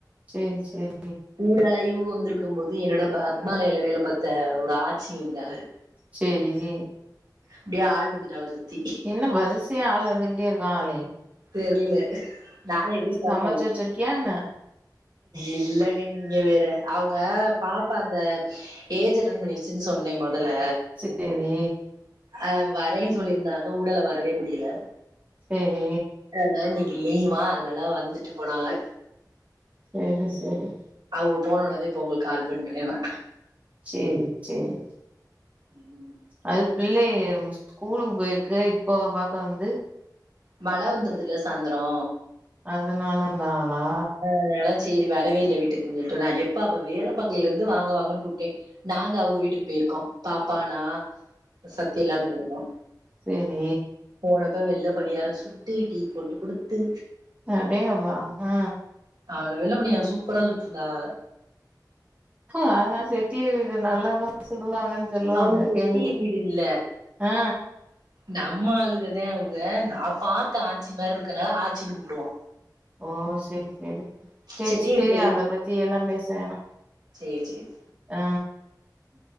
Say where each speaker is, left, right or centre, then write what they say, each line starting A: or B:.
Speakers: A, on the right (about 20°); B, on the right (about 70°).
A: சேரி சேரி
B: ஊடாலைவு வந்துருக்கும் போது என்னோட ப அத்மாலைல வேல பாத்த ஒரு ஆச்சி வந்தாக
A: செரி நீ
B: அப்டியே ஆள் வந்துட்டாவ சுத்தி
A: என்ன வருசையா ஆள் வந்துகிட்டே இருக்காகலே
B: தெர்ல நா எதிர்பாக்கல
A: சமைச்சு வச்சிருக்கியா என்ன
B: இல்லங்க நீங்க வேற அவுங்க பாப் ப்பா அந்த ஏஜ் அட்டன் பண்ணிடுச்சுனு சொன்னே மொதல்ல
A: செர் தேவி
B: அ வரேன் சொல்லியிருந்தாக ஊடல்ல வரவே முடியல
A: செரி
B: அ அதுனால இன்னிக்கு லீவா அதுனாலா வந்துட்டு போனாக
A: செரி செரி
B: அவுக போனோனதா இப்ப ஒங்களுக்கு கால் பண்றே நா
A: சேரி சேரி
B: ம்
A: அது புள்ளைய ஸ்கூலுக்கு போயிருக்குக இப்போ பாக்க வந்து
B: மழ வந்துர்துல சாந்தரோ
A: அதுனால தானா
B: அதுனால சேரி வரவே இல்ல வீட்டுக்குன் சொல்ட்டு நா எப்ப அப்ப வேல பாக்கையலருந்து வாங்க வாங்கன் கூப்டே நாங்க அவுக வீட்டுக்கு பேயிருக்கோ பாப்பா நா சத்தி எல்லாரு போயிருக்கோ
A: செரி
B: போனது வெள்ளப் பனியாரோ சுட்டு டீ போட்டு குடுத்து
A: அடேங்கப்பா அ
B: அவ்ள வெள்ளப் பனியாரோ சூப்பரா சுட்ருந்தாவ
A: அ அதா செட்டியார் வீடு நல்லாதா சுடுவாங்கன் சொல்லுவாங்க
B: அவங்க செட்டி
A: கேள்விப்பட்
B: வீடு இல்ல.
A: ஆ
B: நம்ம ஆளுகதா அவுக நா பாக்க ஆச்சி மாரி ருக்கனால ஆச்சின் கூப்புடுவோ
A: ஓ செரி செரி செரி
B: செட்டி
A: செரி
B: வீட்ல
A: அத பத்தி எல்லா பேச வேணா
B: சேர் சேர்
A: ஆ